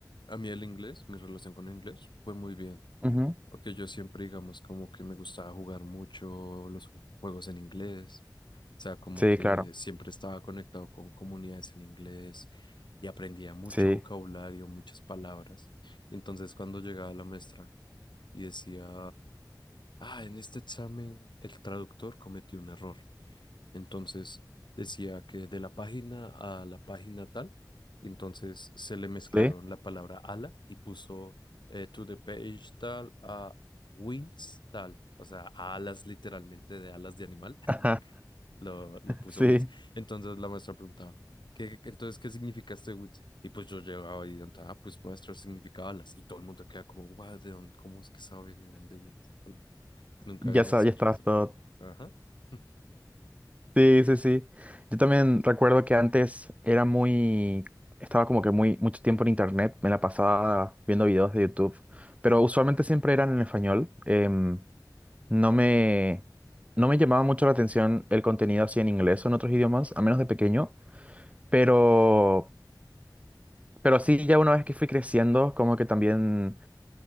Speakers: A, on the left; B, on the right.
A: a mí el inglés, mi relación con el inglés fue muy bien.
B: ujú,
A: porque yo siempre, digamos, como que me gustaba jugar mucho los ju- juegos en inglés, o sea, como
B: Sí,
A: que
B: claro.
A: siempre estaba conectado con comunidades en inglés y aprendía mucho
B: Sí.
A: vocabulario, muchas palabras. Y entonces cuando llegaba la maestra y decía, ah, en este examen el traductor cometió un error. Entonces decía que de la página a la página tal, entonces se le mezclaron
B: Sí.
A: la palabra ala y puso eh, to the page tal a wings tal, o sea, a alas literalmente de alas de animal,
B: Ajá.
A: <laughs> lo, lo puso
B: <laughs> Sí.
A: wings. Entonces la maestra preguntaba, ¿qué, entonces qué significa este wings? Y pues yo llegaba y preguntaba, ah, pues maestra significa alas. Y todo el mundo queda como, guau, ¿de dónde, cómo es que sabe de dónde viene esa palabra? Nunca
B: Ya
A: habíamos
B: sabes,
A: escuchado
B: ya estabas
A: esa
B: todo.
A: palabra. Ajá. <laughs>
B: Sí, sí, sí. Yo también recuerdo que antes era muy... Estaba como que muy mucho tiempo en internet, me la pasaba viendo videos de YouTube, pero usualmente siempre eran en español. em, No me, no me llamaba mucho la atención el contenido así en inglés o en otros idiomas, a menos de pequeño, pero, pero sí, ya una vez que fui creciendo, como que también,